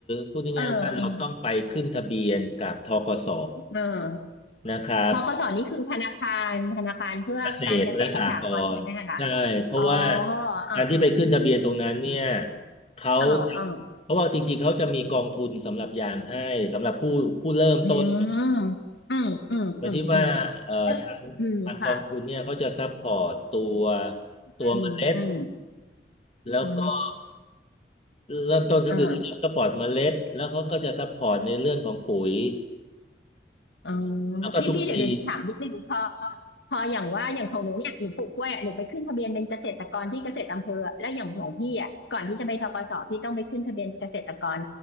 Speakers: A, on the left; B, on the left.
A: พูดง่ายๆว่าเราต้องไปขึ้นทะเบียนกับธกส
B: เอออืมเออ
A: นะครับ
B: พกสนี่คือธนาคารธนาคารเพื่อการเกษตรและสหกรณ์ใช่ไหมคะ
A: เกษตรและสหกรณ์ใช่เพราะว่า
B: อ๋ออ่าอ่า
A: การที่ไปขึ้นทะเบียนตรงนั้นเนี่ยเขา
B: เออเออ
A: เพราะว่าจริงๆเขาจะมีกองทุนสำหรับยางให้สำหรับผู้ผู้เริ่มต้น
B: อืมอืมอืมอืมอืม
A: โดยที่ว่าเอ่อทางทางกองทุนเนี่ยเขาจะซัพพอร์ตตัว
B: เอ๊ะอืมค่ะ อืมอืม
A: ตัวเมล็ดแล้วก็
B: อ๋อ
A: เริ่มต้นก็คือเขาจะซัพพอร์ตเมล็ดแล้วเขาก็จะซัพพอร์ตในเรื่องของปุ๋ย
B: อ่าอ๋อ
A: แล้วก็ทุกปี
B: พี่พี่เดี๋ยวเดี๋ยวถามนิดนึงพอพออย่างว่าอย่างของหนูเนี่ยหนูปลูกกล้วยหนูไปขึ้นทะเบียนเป็นเกษตรกรที่เกษตรอำเภอแล้วอย่างของพี่อ่ะก่อนที่จะไปธกสพี่ต้องไปขึ้นทะเบียนเกษตรกร